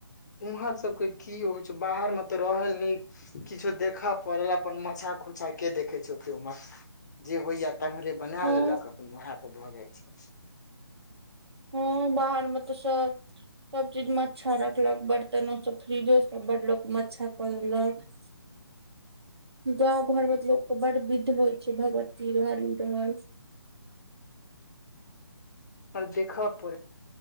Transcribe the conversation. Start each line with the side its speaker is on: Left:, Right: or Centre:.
Left: उम्हर सबके की होइ छै बाहर में तऽ रहल न किछो देखऽ पड़ल अपन मछा खोछा के देखै छै ओते में जे होइया स मरे बना
Right: हँ
Left: लेलक अपन वह पर भऽ जाइ छय
Right: हँ बाहर में तऽ सब सब चीज मच्छा राखलक बर्तनो सब फ्रीजो सब बड़ लोको मच्छा केलक गाँंव घर में लोक के बड़ विध होइ छै भगवती रहल ई रहल
Left: आ देखा प